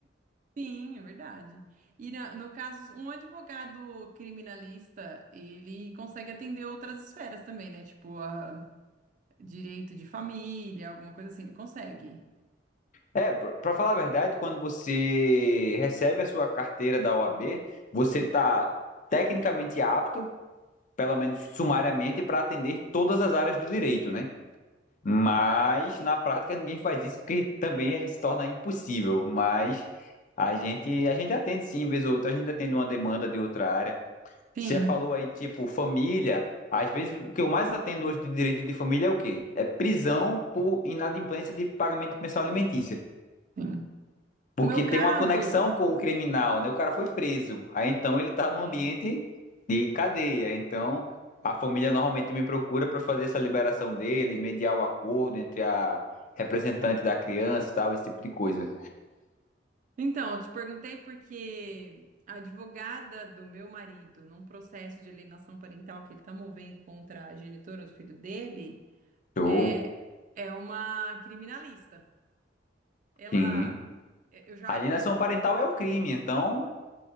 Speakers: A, on the right; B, on the left.
A: Sim, é verdade. E na- no caso, um advogado criminalista, ele consegue atender outras esferas também, né? Tipo, a- direito de família, alguma coisa assim, ele consegue.
B: É, pra pra falar a verdade, quando você recebe a sua carteira da OAB, você tá tecnicamente apto pelo menos sumariamente, para atender todas as áreas do direito, né? Mas na prática ninguém faz isso porque também é- se torna impossível. Mas a gente, a gente atende sim, vez ou outra, a gente atende uma demanda de outra área.
A: Sim,
B: Você falou aí, tipo, família. Às vezes o que eu mais atendo hoje de direito de família é o quê? É prisão por inadimplência de pagamento de pensão alimentícia.
A: sim.
B: Porque
A: No meu
B: tem
A: caso,
B: uma conexão com o criminal, né? O cara foi preso. Aí então ele tá num
A: Tem.
B: ambiente de cadeia. Então a família normalmente me procura para fazer essa liberação dele, mediar o acordo entre a representante da criança e tal, esse tipo de coisa.
A: então, eu te perguntei porque a advogada do meu marido, num processo de alienação parental que ele está movendo contra a genitora do filho dele,
B: Show.
A: é, é uma criminalista. Ela,
B: Sim.
A: eu já
B: Alienação
A: a conheço
B: parental é um crime, então